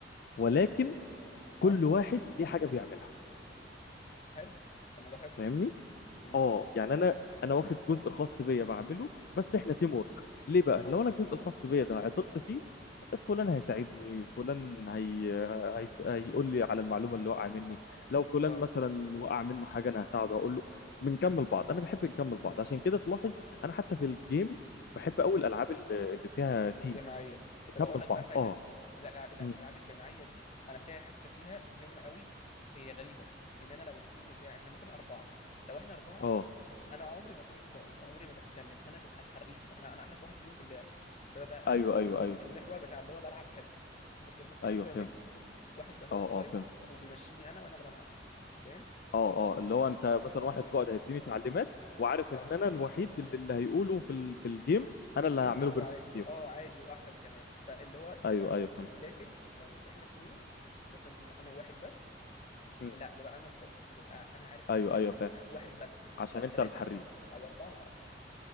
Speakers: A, on the left; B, on the left.
A: ولكن كل
B: اه
A: واحد ليه حاجه بيعملها
B: حلو طب ما ده حلو
A: فاهمني
B: امم
A: اه يعني انا انا واخد جزء خاص بيا بعمله بس احنا تيم ورك ليه بقى
B: اه
A: لو انا الجزء الخاص بيا ده عطلت فيه فلان هيساعدني فلان هي... هي... هيقول لي على المعلومه اللي وقع مني لو فلان
B: اه
A: مثلا وقع منه حاجه انا هساعده هقول له بنكمل بعض انا بحب نكمل بعض
B: امم
A: عشان كده تلاحظ انا حتى في الجيم بحب قوي الالعاب اللي اللي فيها
B: الجماعيه
A: تيم نكمل
B: طب اقول لك
A: بعض
B: بقى حاجه
A: اه
B: لا الألع- الالعاب
A: مم.
B: الجماعيه دي انا فيها حته فيها مهمه قوي هي غريبه ان انا لو التيم بتاعي احنا مثلا اربعه لو احنا اربعه
A: اه
B: انا عمري ما اكون القائد عمري ما بتكلم انا ببقى الحريف انا انا احرف واحد فيهم في اللعب فببقى
A: ايوه
B: انا
A: ايوه
B: ال-
A: ايوه
B: المحور بتاع اللي هو بلعب حلو لكن ما بتكلمش
A: ايوه
B: ولا
A: فهمت
B: كلمه واحد بيبقى هو
A: اه
B: القائد
A: اه فهمت
B: وبيمشيني انا وانا اللي بلعب فاهم
A: اه اه اللي هو انت مثلا واحد
B: امم
A: قائد هيديني تعليمات وعارف
B: اه
A: ان انا الوحيد اللي, اللي هيقوله في ال... في الجيم انا
B: في الجيم
A: اللي هعمله
B: هعمله
A: بيرفكت
B: عادي
A: فيهم
B: اه عادي واحسن كمان فاللي هو ده اللي
A: ايوه
B: بعمله
A: ايوه فهمت
B: لكن لو احنا اتنين مثلا انا واحد بس
A: مم.
B: لا ببقى انا القائد ببقى انا عارف اتحكم
A: ايوه ايوه
B: مع اللي
A: فاهم
B: معايا واحد بس
A: عشان
B: لو
A: انت
B: ثلاثة
A: الحريف
B: او اربعة ما اعرفش